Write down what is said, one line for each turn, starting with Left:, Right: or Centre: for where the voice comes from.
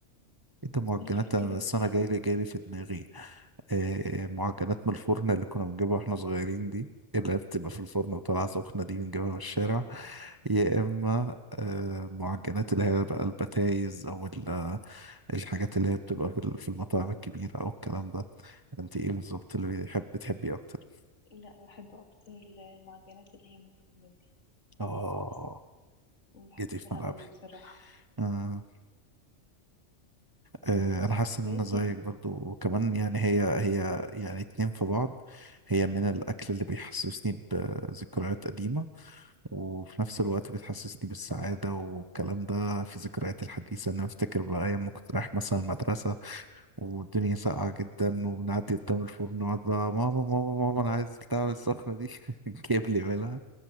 Right: ايه ده معجنات
Left: ماليش في الكريبات
Right: انا بس انا جاي لي جاي لي في دماغي آه معجنات من الفرن اللي كنا بنجيبها واحنا صغيرين دي اللي هي بتبقى في الفرن وطالعه سخنه دي بنجيبها من الشارع
Left: الله
Right: يا اما آه معجنات اللي هي بقى البتايز او ال- الحاجات اللي هي بتبقى في ال- في المطاعم الكبيره او الكلام ده انت ايه بالظبط اللي بتحب بتحبي اكتر
Left: لا بحب أكتر المعجنات اللي هي من الفرن دي
Right: اه
Left: بس بحبها
Right: جيتي في ملعبي
Left: قوي بصراحة
Right: آه آه، انا حاسس ان
Left: زيت
Right: انا زيك
Left: يعني
Right: برضو وكمان يعني هي هي يعني اتنين في بعض هي من الاكل اللي بيحسسني بذكريات قديمة وفي نفس الوقت بتحسسني بالسعادة والكلام ده
Left: صح
Right: في ذكريات الحديثة انا افتكر بقى ايام ما كنت رايح مثلا المدرسة والدنيا ساقعة جدا وبنعدي قدام الفرن ونقعد بقى ماما ماما ماما انا عايز بتاع السخنة دي <laughs> جيب لي منها